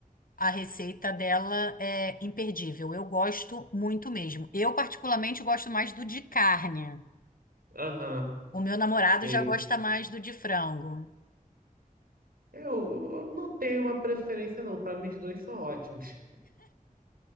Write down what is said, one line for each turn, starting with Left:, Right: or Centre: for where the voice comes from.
Left: a receita dela é imperdível. Eu gosto muito mesmo. Eu particularmente gosto mais do de carne.
Right: aham,
Left: O meu namorado
Right: sei.
Left: já gosta mais do de frango.
Right: Eu, eu não tenho uma preferência, não. Para mim, os dois são ótimos.